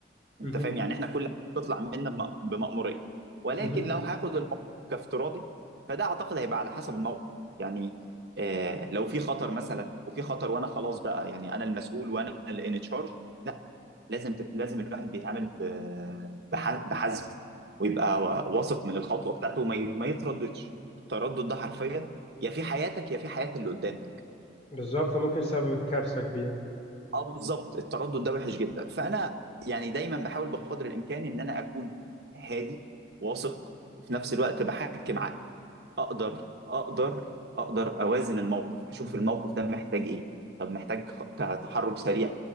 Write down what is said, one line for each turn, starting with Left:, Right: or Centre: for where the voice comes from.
Left: مهم.
Right: انت فاهم يعني احنا كل حاجه بتطلع منا بم- بمأموريه ولكن
Left: مهم.
Right: لو هاخد الموقف كافتراضي فده اعتقد هيبقى على حسب الموقف يعني آه لو في خطر مثلا وفي خطر وانا خلاص بقى يعني انا المسؤول وانا اللي ان تشارج لا لازم تت- لازم الواحد بيتعامل ب- بح- بحذر ويبقى وا- واثق من الخطوه بتاعته وما ي- ما يترددش التردد ده حرفيا يا في حياتك يا في حياه اللي قدامك
Left: بالظبط ممكن يسبب كارثة كبيرة
Right: اه بالظبط التردد ده وحش جدا فانا يعني دايما بحاول بقدر الامكان ان انا اكون هادي واثق وفي نفس الوقت بحكم عقلي اقدر اقدر اقدر اوازن الموقف اشوف الموقف ده محتاج ايه طب محتاج خ- ت- تحرك سريع